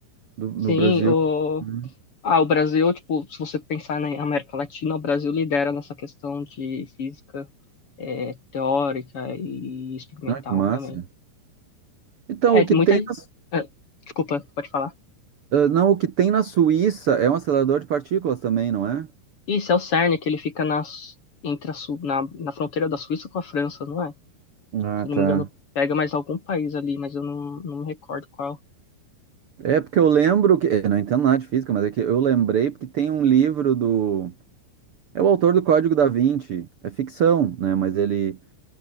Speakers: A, on the right; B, on the left.
A: Do, no
B: Sim,
A: Brasil.
B: o
A: Hum.
B: ah, o Brasil, tipo, se você pensar na América Latina, o Brasil lidera nessa questão de física é, teórica e experimental
A: Ah, que massa.
B: também.
A: Então,
B: É,
A: o que
B: muita.
A: tem na, Su-
B: é, desculpa, pode falar.
A: ah, não, o que tem na Suíça é um acelerador de partículas também, não é?
B: Isso é o CERN, que ele fica nas, entre a Su- na, na fronteira da Suíça com a França, não é?
A: Ah,
B: Se eu
A: tá.
B: não me engano, pega mais algum país ali, mas eu não, não me recordo qual.
A: É porque eu lembro que. Eu não entendo nada de física, mas é que eu lembrei porque tem um livro do É o autor do Código da Vinci, é ficção, né? Mas ele,